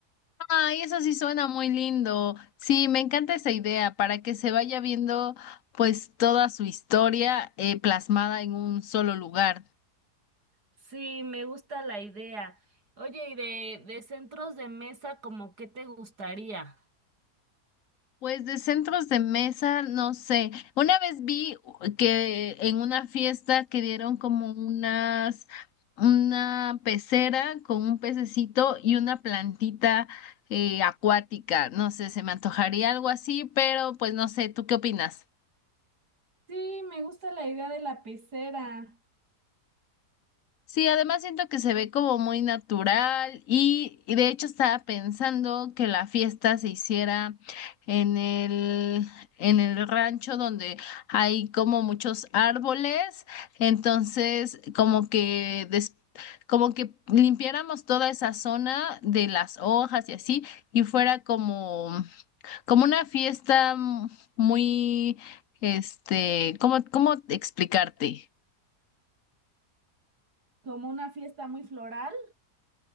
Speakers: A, on the left (about 60°); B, on the right (about 75°).
A: Ay, eso sí suena muy lindo. Sí, me encanta esa idea para que se vaya viendo pues toda su historia eh, plasmada en un solo lugar.
B: Sí, me gusta la idea. Oye, ¿y de, de centros de mesa, como qué te gustaría?
A: Pues de centros de mesa, no sé. Una vez vi uh, que en una fiesta que dieron como unas, una pecera con un pececito y una plantita eh, acuática. No sé, se me antojaría algo así, pero pues no sé, ¿tú qué opinas?
B: Sí, me gusta la idea de la pecera,
A: Sí, además siento que se ve como muy natural y, y de hecho estaba pensando que la fiesta se hiciera en el, en el rancho donde hay como muchos árboles, entonces como que des- como que limpiáramos toda esa zona de las hojas y así y fuera como como una fiesta muy este, ¿cómo cómo explicarte?
B: como una fiesta muy floral.